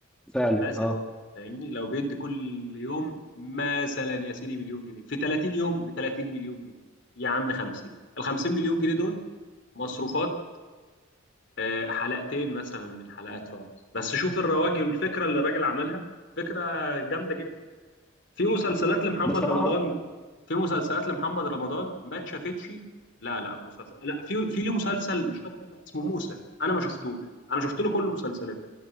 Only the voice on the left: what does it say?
مثلا
فاهمني لو بيدي كل يوم مثلا يا سيدي مليون جنيه في 30 يوم ب 30 مليون جنيه يا عم 50 ال 50 مليون جنيه دول مصروفات آه، حلقتين مثلا من حلقات رامز بس شوف الرواج والفكره اللي الراجل عملها فكره جامده جدا في مسلسلات لمحمد
رمضان في مسلسلات لمحمد رمضان ما اتشافتش لا لا مسلسل لا في في ليه مسلسل مش فاكر أنا اسمه موسى انا ما شفتوش انا شفت له كل مسلسلاته